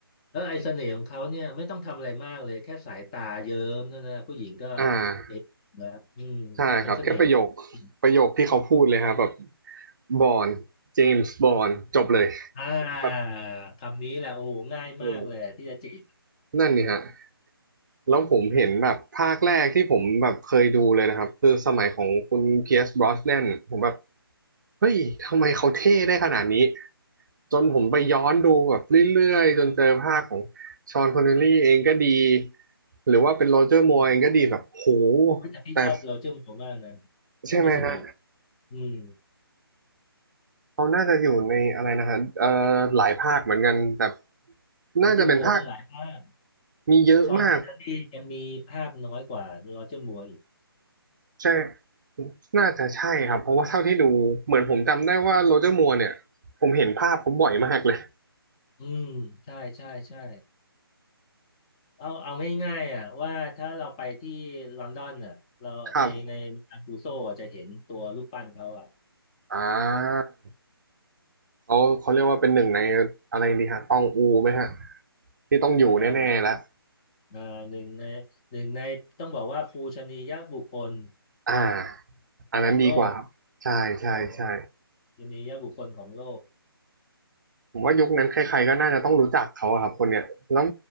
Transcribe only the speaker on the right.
อ่า
ใช่ครับแค่ประโยคประโยคที่เขาพูดเลยครับแบบบอนเจมส์บอนจบเลย
แบบ
โอ้นั่นนี่ฮะ แล้วผมเห็นแบบภาคแรกที่ผมแบบเคยดูเลยนะครับคือสมัยของคุณเพียร์สบร osnan นนผมแบบเฮ้ยทำไมเขาเท่ได้ขนาดนี้จนผมไปย้อนดูแบบเรื่อยๆจนเจอภาคของชอนคอนเนลลี่เองก็ดีหรือว่าเป็นโรเจอร์มัวร์เองก็ดีแบบโห
แต่
ใช่ไหมฮะ
เขาน่าจะอยู่ในอะไรนะฮะเอ่อหลายภาคเหมือนกันแต่
น่าจะเป็นภาคมีเยอะมาก
ใช่น่าจะใช่ครับเพราะว่าเท่าที่ดูเหมือนผมจำได้ว่าโรเจอร์มัวร์เนี่ยผมเห็นภาพเขาบ่อยมากเลย
ครับอ่าเขาเขาเรียกว่าเป็นหนึ่งในอะไรดีฮะตองอูไหมฮะที่ต้องอยู่แน่ๆแล้ว
อ่าอันนั้นดีกว่าครับใช่ใช่ใช่
ผมว่ายุคนั้นใครๆก็น่าจะต้องรู้จักเขาอะครับคนเนี้ยแล้ว